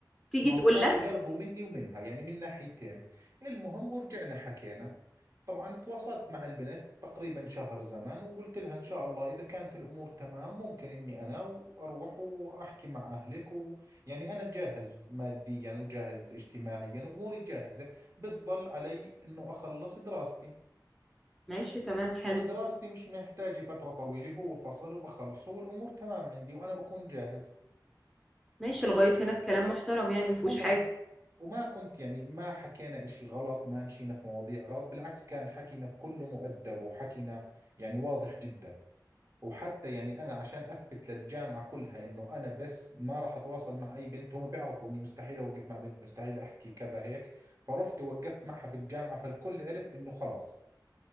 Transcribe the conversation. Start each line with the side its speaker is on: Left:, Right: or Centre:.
Centre: تيجي
Right: ما هو
Centre: تقول
Right: صار
Centre: لك
Right: يقربوا مني ومنها يعني من ناحيتين المهم ورجعنا حكينا طبعا تواصلت مع البنت تقريبا شهر زمن وقلت لها إن شاء الله إذا كانت الأمور تمام ممكن إني أنا وأروح وأحكي مع أهلك ويعني أنا جاهز ماديا وجاهز اجتماعيا وأموري جاهزة بس ضل علي إنه أخلص دراستي
Centre: ماشي تمام حلو
Right: ودراستي مش محتاجة فترة طويلة هو فصل وبخلصه والأمور تمام عندي وأنا بكون جاهز
Centre: ماشي لغاية هنا الكلام محترم يعني مفهوش
Right: تمام
Centre: حاجة
Right: وما كنت يعني ما حكينا إشي غلط ما مشينا في مواضيع غلط بالعكس كان حكينا كله مؤدب وحكينا يعني واضح جدا وحتى يعني أنا عشان أثبت للجامعة كلها إنه أنا بس ما راح أتواصل مع أي بنت هم بيعرفوا إني مستحيل أوقف مع بنت مستحيل أحكي كذا هيك فرحت ووقفت معها في الجامعة فالكل عرف إنه خلص